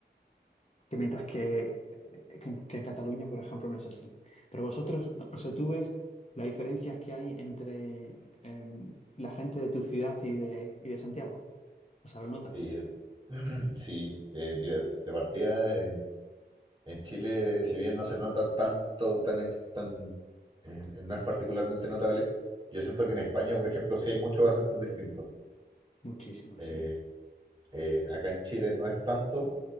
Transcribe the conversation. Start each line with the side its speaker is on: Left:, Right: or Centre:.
Left: que mientras que, eh, que, en que en Cataluña, por ejemplo, no es así. Pero vosotros, o sea, tú ves las diferencias que hay entre em, la gente de tu ciudad y de, y de Santiago. O sea, lo notas.
Right: Sí, eh, <clears throat> sí, eh, mira, de partida en, En Chile, si bien no se nota tanto, tan, ex- tan, eh, eh, no es particularmente notable, yo siento que en España, por ejemplo, sí hay muchos acentos distintos.
Left: Muchísimo,
Right: Eh,
Left: sí.
Right: eh, acá en Chile no es tanto,